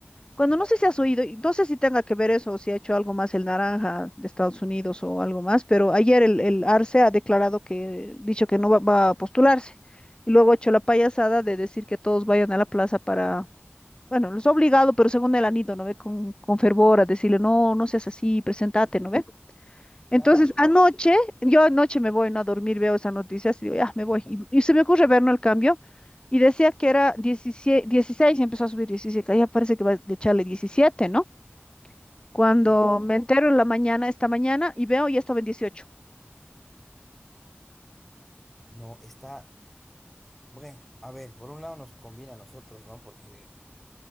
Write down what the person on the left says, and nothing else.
Cuando no sé si has oído, y no sé si tenga que ver eso o si ha hecho algo más el naranja de Estados Unidos o algo más, pero ayer el, el ARCE ha declarado que, dicho que no va, va a postularse. Y luego ha hecho la payasada de decir que todos vayan a la plaza para, bueno, los ha obligado, pero según él han ido, ¿no ve? Con, con fervor a decirle, no, no seas así, presentate,
¿no ve? Entonces,
anoche,
yo anoche me voy, ¿no? A dormir, veo esas noticias y digo, ya, me voy.
Y, y se me ocurre ver no el cambio y decía que era 17, 16 y empezó a subir 17, ya parece que va a echarle 17, ¿no? Cuando
me entero en la mañana, esta mañana, y veo, ya estaba en 18,